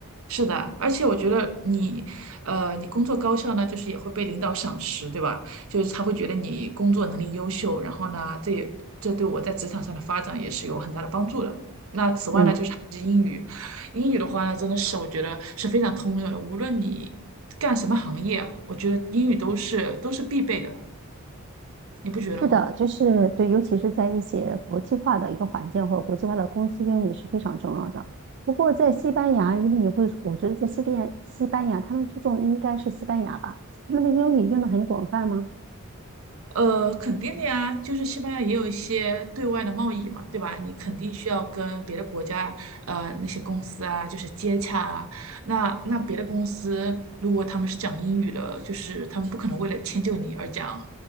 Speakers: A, on the right; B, on the right.
A: 是的，而且我觉得你，呃，你工作高效呢，就是也会被领导赏识，对吧？就是他会觉得你工作能力优秀，然后呢，这这对我在职场上的发展也是有很大的帮助的。那此外呢，
B: 嗯。
A: 就是还是英语，英语的话呢，真的是我觉得是非常通用的，无论你干什么行业啊我觉得英语都是都是必备的，你不觉得吗？
B: 是的，就是对，尤其是在一些国际化的一个环境或者国际化的公司，英语是非常重要的。不过在西班牙，因为你会，我觉得在西边西班牙，他们注重应该是西班牙吧，他们的英语用的很广泛吗？
A: 呃，肯定的呀，就是西班牙也有一些对外的贸易嘛，对吧？你肯定需要跟别的国家，呃，那些公司啊，就是接洽啊。那那别的公司如果他们是讲英语的，就是他们不可能为了迁就你而讲